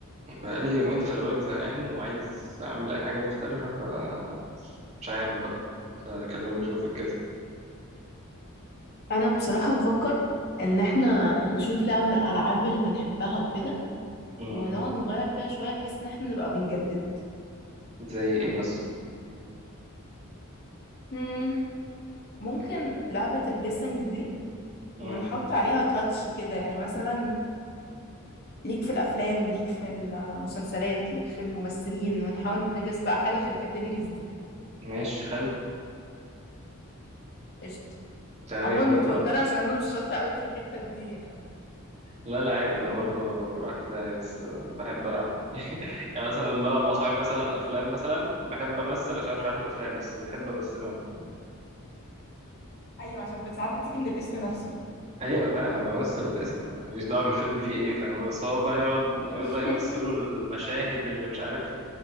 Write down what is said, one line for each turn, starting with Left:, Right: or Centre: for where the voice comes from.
Right: بقالي يومين خلي بالك زهقان وعايز أعمل أي حاجة مختلفة فمش عارف بقى كنت أكلمك أشوفك كده
Left: انا بصراحة بفكر ان احنا نشوف لعبة من الالعاب اللي بنحبها وكده
Right: امم
Left: ونقعد نغير فيها شوية بحيث ان احنا نبقى بنجدد
Right: زي إيه مثلا
Left: مم، ممكن لعبة الجيسنج دي
Right: امم
Left: ونحط عليها تاتش كده يعني مثلا ليك في الافلام ليك في المسلسلات ليك في الممثلين ونحاول نجس بقى حاجة في الكاتيجوريز دي
Right: ماشي حلو
Left: قشطة
Right: تعالي
Left: عموما
Right: نجرب
Left: متوترة عشان انا مش شاطرة قوي في الحتة دي يعني
Right: لا لا عادي أنا برضو رايح في داهية بس بحب ألعب <laughs> يعني مثلا بلعب مع صحابي مثلا
Left: طب
Right: أفلام مثلا بحب أمثل عشان مش عارف الأفلام
Left: مم.
Right: بس بحب أمثلهم
Left: ايوه عشان ساعات بتيجي من الاسم نفسه
Right: أيوة فاهم أنا بمثل الاسم ماليش دعوة بالفيلم فيه إيه فاهم بس هو بقى يقعد يقعد
Left: <laughs>
Right: بقى يمثلوا المشاهد اللي مش عارف